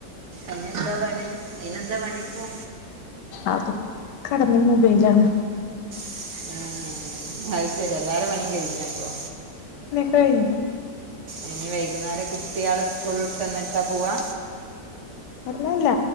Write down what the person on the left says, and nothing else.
അത് കടന്ന മബൈയിലാണ്
കഴിഞ്ഞ്
അല്ലല്ല